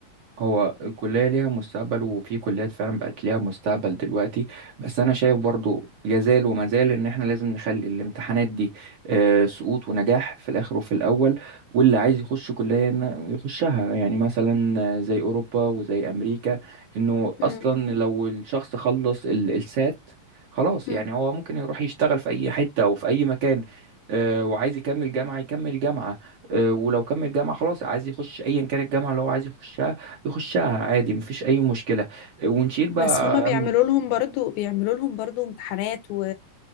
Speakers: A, on the right; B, on the left.
A: هو الكلية ليها مستقبل وفي كليات فعلا بقت ليها مستقبل دلوقتي بس أنا شايف برضو يزال وما زال إن إحنا لازم نخلي الامتحانات دي آه، سقوط ونجاح في الآخر وفي الأول واللي عايز يخش كلية إن- يخشها يعني مثلا آه، زي أوروبا وزي أمريكا إنه
B: مم.
A: أصلا لو الشخص خلص ال- السات خلاص
B: مم.
A: يعني هو ممكن يروح يشتغل في أي حتة أو في أي مكان آه، وعايز يكمل جامعة يكمل جامعة آه، ولو كمل جامعة خلاص عايز يخش أيا كان الجامعة اللي هو عايز يخشها يخشها عادي مفيش اي مشكله ونشيل بقى
B: بس هما بيعملوا لهم برضو بيعملوا لهم برضو امتحانات و...